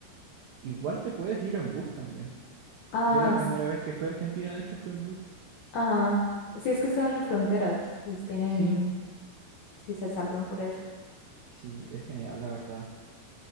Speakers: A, on the right; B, on the left.
A: Igual te puedes ir en bus también.
B: Ah,
A: Yo la primera vez que fui a Argentina, de hecho, fui en bus.
B: Ajá. Sí, es que están en fronteras, si tienen,
A: Sí,
B: si se salvan por eso.
A: sí, es genial, la verdad.